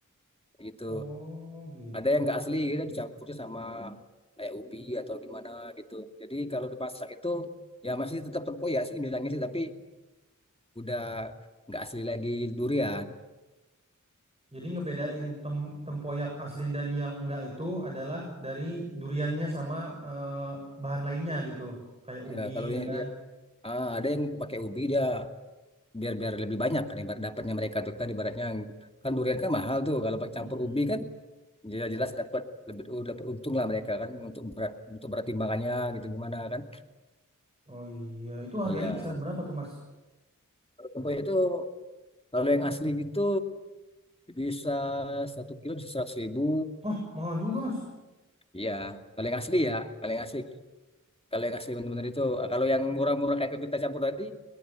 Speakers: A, on the left (about 15°); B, on the right (about 20°).
A: gitu.
B: Oh, gitu.
A: Ada yang nggak asli, dia dicampurnya sama kayak ubi atau gimana gitu. Jadi kalau dipasak itu ya masih tetap tempoyak sih bilangnya sih, tapi udah nggak asli lagi durian.
B: Jadi ngebedain tem tempoyak asli dan yang enggak itu adalah dari duriannya sama eh, bahan lainnya gitu. Kayak ubi
A: Ya kalau
B: gitu
A: yang
B: kan.
A: dia ah, ada yang pakai ubi dia biar biar lebih banyak kan ibarat dapatnya mereka tuh kan ibaratnya kan durian kan mahal tuh kalau pakai
B: Mm-mm.
A: campur ubi kan jelas jelas dapat lebih oh, dapat untung lah mereka kan untuk berat untuk berat timbangannya gitu gimana kan
B: Oh iya, itu harganya
A: iya
B: kisaran berapa tuh, Mas?
A: kalau tempoyak itu kalau yang asli gitu bisa satu kilo bisa seratus ribu
B: Hah, mahal juga, Mas.
A: iya kalau yang asli ya kalau yang asli kalau yang asli benar-benar itu Ah, kalau yang murah-murah kayak kita campur tadi